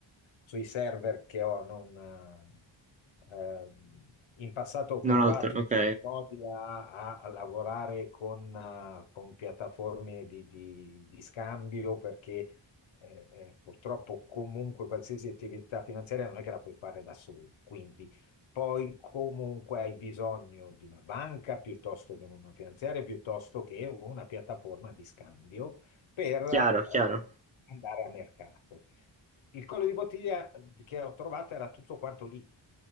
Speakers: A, on the left; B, on the right.
A: sui server che ho, non, eh, ehm, in passato ho provato
B: non altro, ok.
A: in tutti i modi a, a- a lavorare con, eh, con piattaforme di, di- di scambio perché eh, eh, purtroppo comunque qualsiasi attività finanziaria non è che la puoi fare da solo, quindi poi comunque hai bisogno di una banca piuttosto che una finanziaria, piuttosto che una piattaforma di scambio per eh,
B: Chiaro, chiaro.
A: andare a mercato. Il collo di bottiglia che ho trovato era tutto quanto lì